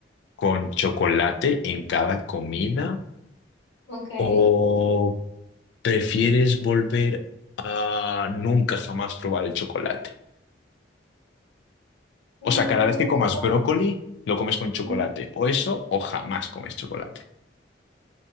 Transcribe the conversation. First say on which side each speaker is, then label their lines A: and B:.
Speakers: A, on the left; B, on the left.
A: con chocolate en cada comida?
B: Ok.
A: ¿O prefieres volver a nunca jamás probar el chocolate?
B: Mm,
A: O sea, cada vez que
B: no,
A: comas
B: no.
A: brócoli, lo comes con chocolate.
B: Ujú.
A: O eso, o jamás comes chocolate.